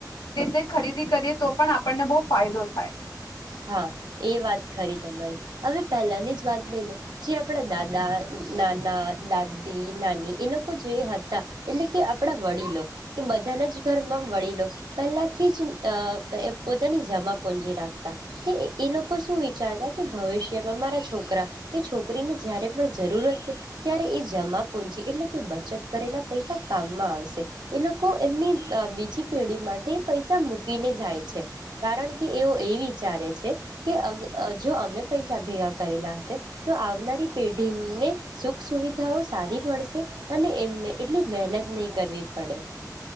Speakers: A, on the left; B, on the right.
A: રીતે ખરીદી કરીએ તો પણ આપણને બહુ ફાયદો થાય.
B: હા, એ વાત ખરી તમારી હવે પહેલાની જ વાત લઈ લો જે આપણા દાદા દાદા નાના દાદી નાની એ લોકો જે હતા. એટલે કે આપડા વડીલો કે બ ધનજ ઘરમાં વડીલો, પહેલાંથી જ પોતાની જમાપુંજી રાખતા. કે એ લોકો શું વિચારતા કે ભવિષ્યમાં મારા છોકરા, કે છોકરીને જારે પણ જરૂર હશે, ત્યારે એ જમા પૂજી એટલે કે બચત કરેલા પૈસા કામમાં આવશે, એ લોકો એમની બીજી પેઢી માટે પૈસા મૂકીને જાય છે, કારણ કે એઓ એવી વિચારે છે, કે અ જો અમે પૈસા ભેગા કરેલા હશે, તો આવનારી પેઢીને સુખ સુવિધાઓ સારી મળશે, અને એમને એટલી મહેનત નહીં કરવી. પડે